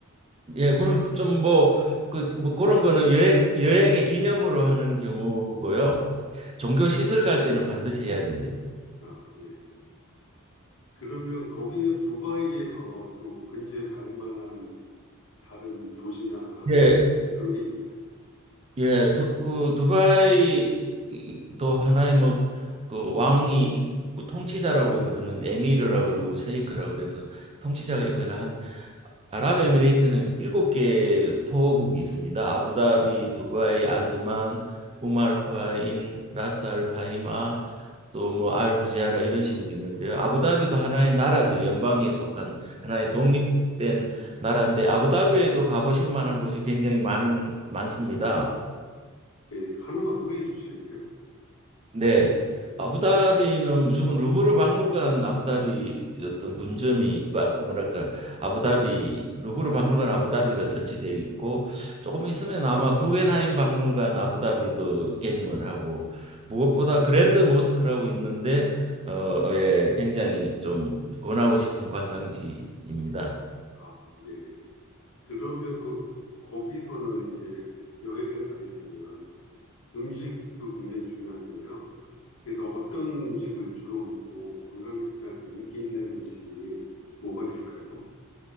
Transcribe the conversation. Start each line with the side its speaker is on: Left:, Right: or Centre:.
Right: 예, 그런 좀 뭐 그 뭐 그런 거는 여행 여행의 기념으로 하는 경우고요. 종교 시설 갈 때는 반드시 해야 됩니다.
Left: 아, 예. 그러면 거기는 두바이에서 또 근처에 갈 만한 다른 도시나
Right: 예,
Left: 그런 게 있나요?
Right: 예, 두, 그 두바이도 하나의 뭐 그 왕이 있고 통치자라고 그러는 에미르라 그러고 세이크라 그래서 통치자가 있고 해가 한 아랍에미레이트는 일곱 개 토호국이 있습니다. 아부다비, 두바이, 아즈만, 우마르크아인, 라스 알 카이마, 또 뭐 알후지아라 이런 식으로 있는데요. 아부다비도 하나의 나라죠. 연방에 속한 하나의 독립된 나라인데 아부다비에도 가보실 만한 곳이 굉장히 많은 많습니다.
Left: 예, 하나만 소개해 주시겠어요?
Right: 네. 아부다비는 무조건 루브르 박물관 아부다비 어떤 분점이 아, 뭐랄까 아부다비 루브르 박물관 아부다비가 설치되어 있고 조금 있으면 아마 구겐하임 박물관 아부다비도 개점을 하고 무엇보다 그랜드 모스크라고 있는데 어, 어, 예, 굉장히 좀 권하고 싶은 관광지입니다.
Left: 아, 예. 그러면 그, 거기서는 이제 여행을 가게 되면 음식도 굉장히 중요하잖아요. 그래서 어떤 음식을 주로 먹고 관광객들한테 인기 있는 음식이 뭐가 있을까요?